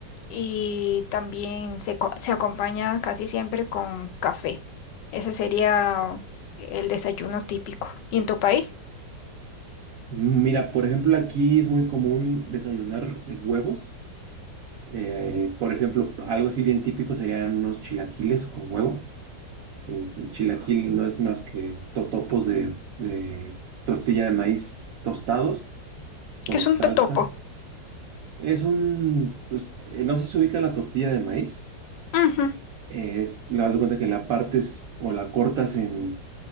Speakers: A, on the left; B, on the right.
A: Y también se, co- se acompaña casi siempre con café. Ese sería el desayuno típico. ¿Y en tu país?
B: Mira, por ejemplo, aquí es muy común desayunar eh, huevos. Eh, por ejemplo, algo así bien típico serían unos chilaquiles con huevo El, el chilaquil no es más que totopos de, de tortilla de maíz tostados con
A: que es un
B: salsa.
A: totopo.
B: Es un, pues, eh, no sé si se ubica la tortilla de maíz.
A: Ujú,
B: Eh, es, la das de cuenta que la partes o la cortas en